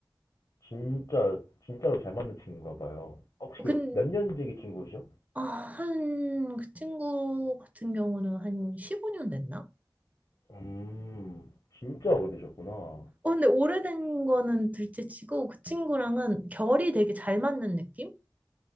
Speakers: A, on the left; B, on the right.
A: 진짜 진짜로 잘 맞는 친구인가 봐요. 어, 혹시 그
B: 근,
A: 몇 년지기 친구시죠?
B: 아, 한, 그 친구 같은 경우는 한 15년 됐나?
A: 음, 진짜 오래되셨구나.
B: 어, 근데 오래된 거는 둘째 치고 그 친구랑은 결이 되게 잘 맞는 느낌?